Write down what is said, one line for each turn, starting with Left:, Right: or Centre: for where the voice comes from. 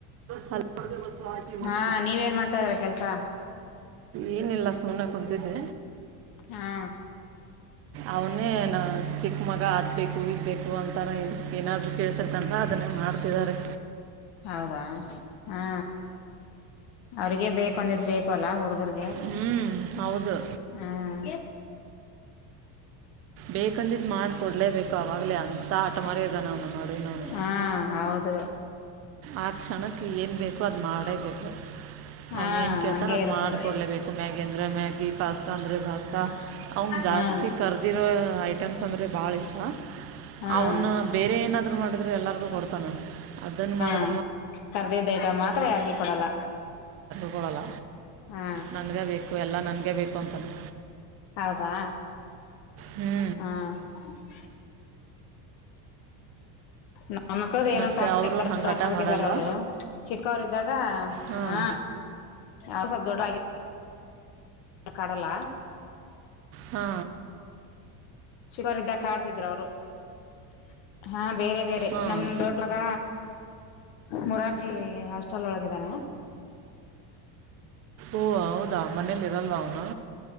Right: ಹೆಲೋ <unintelligible> ವಸ್ತು ಆಕಿ ಮುದ.
Left: ಹಾ ನೀವೇನ್ ಮಾಡ್ತಾ ಇದೀರಾ ಕೆಲ್ಸ
Right: ಏನಿಲ್ಲ ಸುಮ್ನ ಕುಂತಿದ್ದಿ.
Left: ಹಾ
Right: ಅವನೇ ನ ಚಿಕ್ಕ ಮಗ ಅ. ಬೇಕು ಈಗ್ ಬೇಕು ಅಂತಾನ ಏನಾದ್ರರು ಕೇಳ್ತಿರ್ತನ್ ಅದನ್ನೇ ಮಾಡ್ತಿದಿದ್ದಾರೆ.
Left: ಹೌದಾ ಹಾ ಅವ್ರಗ ಬೇಕ ಅಂದಿದು ಬೇಕು ಅಲ್ಲ ಹುಡುಗರು.
Right: ಹ್ಞೂ ಹೌದು
Left: <unintelligible> ಹ್ಮ್.
Right: ಬೇಕಂದಿದ್ದ್ ಮಾಡ್ಕೊಡ್ಲೇಬೇಕು ಅವಾಗ್ಲೇ ಅಂತ ಆಟ ಮಾರದ ಅವನು. ನೋಡಿ ಅವನು
Left: ಹಾ ಹೌದು.
Right: ಆ ಕ್ಷಣಕ್ಕೆ ಏನ್ ಬೇಕು ಅದು ಮಾಡೇಬೇಕು.
Left: ಹಾ
Right: ಅವನ ಏನ್ ಕೇಳ್ತಾನ
Left: ಹಂಗೆ
Right: ಅದ್
Left: ಇರುತ್ತೆ
Right: ಮಾಡ್ಕೊಡ್ಲೇಬೇಕು ಮ್ಯಾಗಿ ಅಂದ್ರೆ ಮ್ಯಾಗಿ ಪಾಸ್ತಾ ಅಂದ್ರೆ ಪಾಸ್ತಾ ಅವನ. ಜಾಸ್ತಿ
Left: ಹಾ
Right: ಕರ್ದಿರೋ ಐಟಮ್ಸ್ ಅಂದರೆ ಭಾಳ ಇಷ್ಟ.
Left: ಹಾ
Right: ಅವನ್ನ ಬೇರೆ ಏನಾದ್ರು ಮಾಡಿದ್ರರು ಎಲ್ಲಾರ್ಗೂ ಕೊಡ್ತಾನ ಅದನ್ನ ಮಾಡಿದ್.
Left: ಹ ಕರ್ದದಯತ ಮಾತ್ರ ಯಾರ್ಗ ಕೊಡಲ್ಲ.
Right: ಲ್ಲ
Left: ಹಾ
Right: ನನ್ಗೆ ಬೇಕು ಎಲ್ಲ ನನ್ಗೆ ಬೇಕು. ಅಂತಾನೆ
Left: ಹೌದಾ
Right: ಹ್ಞೂ
Left: ಹಾ <inaudible> ನಮ್ಮ ಮಕ್ಳದ ಏನು
Right: ಮತ್ತು
Left: ಕಾ
Right: ಅವರು ಹಂಗೆ ಹಠ
Left: ಬಿಟ್ಟಿದಾರ
Right: ಮಾಡಲ್ವಾ
Left: ಅವರು ಚಿಕ್ಕವರು ಇದ್ದಾಗ
Right: ಹಾಂ
Left: ಹ ಯಾವಸವಲ್ ದೊಡ್ಡ ಕಾಡಲ್ಲ
Right: ಹಾ
Left: ಚಿಕ್ಕವರು್ದಕ್ ಆಡ್ತಿದ್ರು ಅವರು <inaudible> ಹಾ ಬೇರೆ ಬೇರೆ
Right: ಹಾಂ
Left: ನಮ್ದ ದೊಡ್ಡವಾಗ ಮುರಾರ್ಜಿ ಹಾಸ್ಟೆಲ್ ಒಳಗೆ ಇದ್ದಾನೆ
Right: ಓ ಹೌದಾ ಮನೆಯಲ್ಲಿ ಇರಲ್ಲ ಅವನು